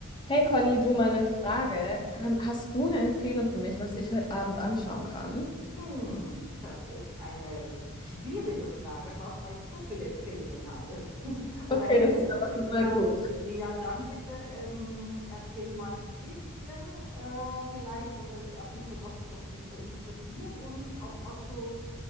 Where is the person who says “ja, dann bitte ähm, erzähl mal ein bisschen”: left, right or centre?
Centre